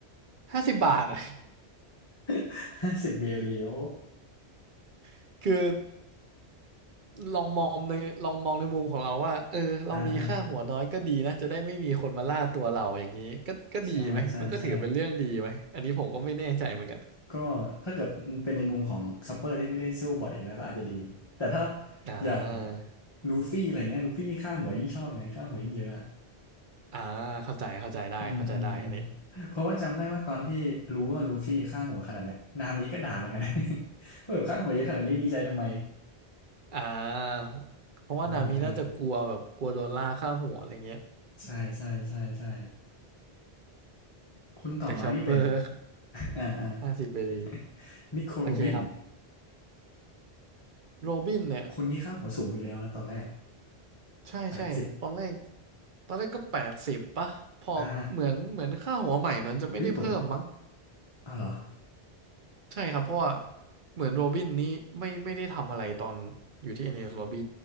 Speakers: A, on the right (about 50°); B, on the left (about 25°).
A: ห้าสิบบาทอะ
B: <laughs> ห้าสิบเบรีโอ
A: <laughs> คือ ลองมองในลองมองในมุมของเราว่าเออเรามีค่าหัวน้อยก็ดีนะจะได้ไม่มีคนมาล่าตัวเราอย่างนี้ก็ก็ดีไหมมันก็ถือเป็นเรื่องดีไหมอันนี้ผมก็ไม่แน่ใจเหมือนกัน
B: อ่าอ่า ใช่ใช่ใช่ก็ถ้าเกิดเป็นในมุมของซัปเปอร์ที่ไม่ได้สู้บ่อยอยู่แล้วก็อาจจะดีแต่ถ้า
A: อ่า
B: อย่างลูฟี่อะไรเงี้ยลูฟี่ยิ่งฆ่าหัวยิ่งชอบไงฆ่าหัวยิ่งเยอะอะ
A: อ่าเข้าใจเข้าใจได้เข้าใจได้อันนี้
B: อืมอืมอืมเพราะว่าจำได้ว่าตอนที่รู้ว่าลูฟี่ฆ่าหัวขนาดเนี้ยนามิก็ด่าเหมือนกันนะ <laughs> ว่าแบบฆ่าหัวเยอะขนาดนี้ดีใจทำไม
A: อ่าเพราะว่านามีน่าจะกลัวแบบกลัวโดนล่าค่าหัวอะไรเงี้ย
B: อ่าอ่าใช่ใช่ใช่ใช่คนต่อมานี่เป็น
A: แต่ชอปเปอร์
B: <laughs> อ่าอ่า
A: <laughs> ห้าสิบเบรี
B: <laughs> นิโคโรบิน
A: โอเคครับโรบินเนี่ย
B: คนนี้ค่าหัวสูงอยู่แล้วนะตอนแรก
A: ใช่ใช่ตอนแรก
B: แปดสิบ
A: ตอนแรกก็แปดสิบป่ะพอเหมือนเหมือนค่าหัวใหม่เหมือนจะไม่ได้เพิ่มมั้ง
B: อ่าเฮ้ยผมอ้าวเหรอ
A: ใช่ครับเพราะว่าเหมือนโรบินนี้ไม่ไม่ได้ทำอะไรตอนอยู่ที่ NS Lobby